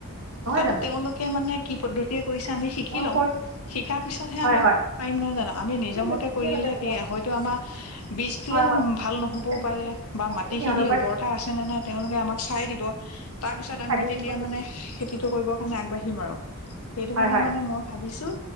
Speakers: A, on the left (about 70°); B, on the right (about 65°).
A: কাৰণটো
B: জানো
A: তেওঁলোকে মানে কি পদ্ধতিৰে কৰিছে আমি শিকি
B: অঁ
A: লম,
B: কৰি
A: শিকাৰ পিছতহে
B: হয়
A: আমি
B: হয়
A: পাৰিম নহয় জানো আমি নিজৰ
B: ঠিকে
A: মতে
B: কৈছে
A: কৰিলে
B: ঠিকে কৈছে বাইদেউ
A: কি হয়তো আমাৰ বীজটোৱে
B: হয় হয়
A: ভাল নহ'বও
B: তেনেকুৱা
A: পাৰে বা
B: আপুনি
A: মাত তি
B: সিহঁতৰ
A: খিনি
B: পৰা
A: উৰবৰতা আছেনে নাই তেওঁলোকে আমাক চাই দিব তাৰ পিছত আমি
B: খাদ্য
A: তেতিয়া
B: কিনিব।
A: মানে খেতি টো কৰিব কাৰনে আগবাঢ়িম আৰু সেইটো
B: হয়
A: কাৰনে
B: হয়
A: মানে মই ভাবিছো